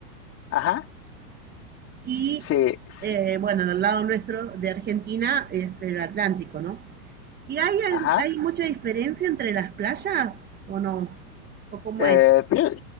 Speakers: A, on the left; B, on the right.
A: ajá,
B: y
A: sí, sí,
B: eh, bueno, del lado nuestro de Argentina es el Atlántico, ¿no? ¿Y hay,
A: ajá.
B: hay mucha diferencia entre las playas o no? ¿O cómo
A: Eh,
B: es?
A: pero yo,